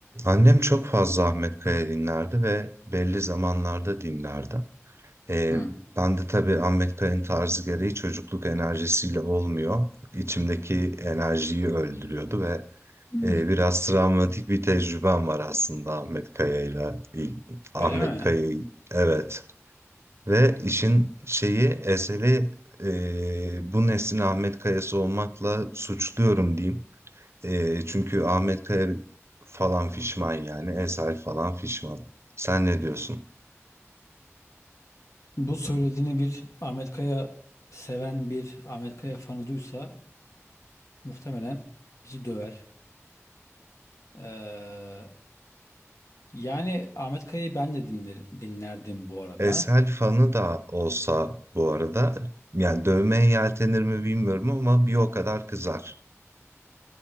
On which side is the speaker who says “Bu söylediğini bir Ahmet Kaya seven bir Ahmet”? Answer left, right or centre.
Left